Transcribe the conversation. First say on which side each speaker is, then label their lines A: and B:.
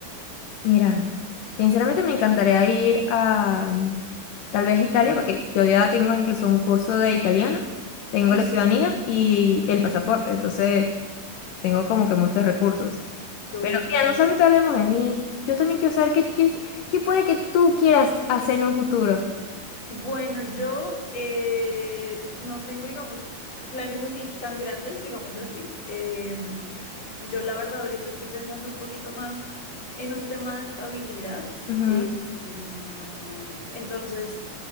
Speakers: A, on the left; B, on the left.
A: Mira, sinceramente me encantaría ir a mm, tal vez Italia, porque yo ya tengo incluso un curso de italiano, tengo
B: Ay,
A: la
B: su-
A: ciudadanía y el pasaporte, entonces tengo como que muchos recursos.
B: súper
A: Pero mira, no solamente hablemos de mí, yo también quiero saber qué, qué, qué puede que tú quieras hacer en un futuro.
B: Bueno, yo eh, no tengo, digamos, planes así tan grandes, digámoslo así. Em, yo la verdad ahorita estoy pensando un poquito más en un tema de estabilidad.
A: Ujú,
B: eh, em, entonces,